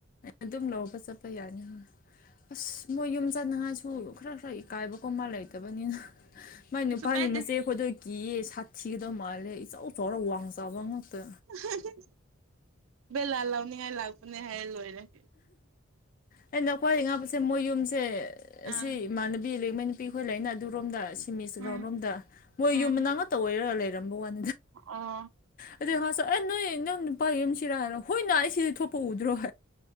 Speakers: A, on the left; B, on the right.
A: ꯑꯗꯨꯝ ꯂꯧꯕ ꯆꯠꯄ ꯌꯥꯅꯤꯣꯏ ꯑꯁ ꯃꯣꯏ ꯌꯨꯝ ꯆꯠꯅꯉꯥꯏꯁꯨ ꯈꯔ ꯈꯔ ꯏꯀꯥꯏꯕ ꯀꯨꯝꯕ ꯂꯩꯇꯕꯅꯤꯅ ꯃꯥꯏ
B: ꯀꯩꯁꯨ
A: ꯅꯨꯄꯥꯒꯤ
B: ꯀꯥꯏꯗꯦ
A: ꯃꯆꯦ ꯑꯩꯈꯣꯏꯗ ꯀꯤꯌꯦ ꯁꯥꯊꯤꯒꯗꯧ ꯃꯥꯜꯂꯦ ꯏꯆꯧ ꯆꯥꯎꯧꯔ ꯋꯥꯡ ꯆꯥꯕ ꯉꯥꯛꯇ
B: ꯍ ꯂꯥꯜ ꯂꯥꯎꯅꯤꯡꯉꯥꯏ ꯂꯥꯛꯄꯅꯦ ꯍꯥꯏꯌꯦ ꯂꯣꯏꯔꯒꯦ
A: ꯑꯩꯅ ꯈ꯭ꯋꯥꯏꯗꯒꯤ ꯉꯥꯄꯁꯦ ꯃꯣꯏ ꯌꯨꯝꯁꯦ ꯑꯁꯤ
B: ꯑꯥ
A: ꯏꯃꯥꯟꯅꯕꯤ ꯂꯦꯛꯉꯩ ꯅꯨꯄꯤ ꯑꯩꯈꯣꯏ ꯂꯩꯅ ꯑꯗꯨꯔꯣꯝꯗ ꯁꯤꯃꯤꯁ
B: ꯎꯝ
A: ꯒ꯭ꯔꯥꯎꯟꯔꯣꯝꯗ ꯃꯣꯏ
B: ꯎꯝ
A: ꯌꯨꯝꯅꯥ ꯉꯛꯇ ꯑꯣꯏꯔ ꯂꯩꯔ ꯋꯥ
B: ꯑꯣ
A: ꯑꯗꯨ ꯉ ꯑꯦ ꯅꯣꯏ ꯅꯪ ꯅꯨ ꯄꯥꯏ ꯑꯃꯁꯤꯔꯥꯔꯣ ꯍꯣꯏꯅ ꯑꯩ ꯁꯤꯗꯤ ꯊꯣꯛꯄ ꯎꯗ꯭ꯔꯣ